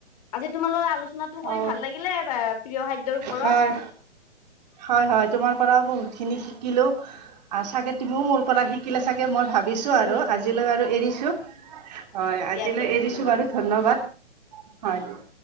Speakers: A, on the left; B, on the right.
A: আজি তোমাৰ লগৰ আলু আলোচনাটো কৰি
B: অ
A: ভাল লাগিলে প্ৰিয় খাদ্যৰ ওপৰত
B: হয় হয় হয় তোমাৰ পৰাও বহুত খিনি শিকিলো চাগে তুমিও মোৰ পৰা শি চাগে মই ভাবিছো
A: শিকিলো
B: আৰু
A: শিকিলো
B: আজিলৈ বাৰু এৰিছো হয়
A: দিয়া
B: আজিলৈ
A: দিয়া
B: এৰিছো
A: ধন্যবাদ
B: বাৰু ধন্যবাদ হয়